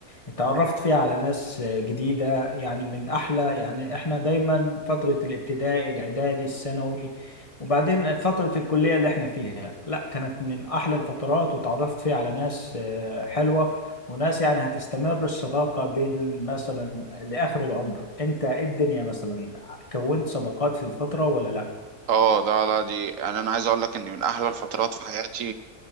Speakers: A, on the left (about 20°); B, on the right (about 65°).
A: اتعرفت فيها على ناس جديده يعني من احلى يعني احنا دايما فتره الابتدائي الاعدادي الثانوي وبعدين فتره الكليه اللي احنا فيها لا كانت من احلى الفترات وتعرفت فيها على ناس آه، حلوه وناس يعني هتستمر الصداقه بين مثلا لاخر العمر انت إيه الدنيا مثلا كونت صداقات في الفتره ولا لا
B: اه لا لا دي يعني انا عايز اقول لك ان من احلى الفترات في حياتي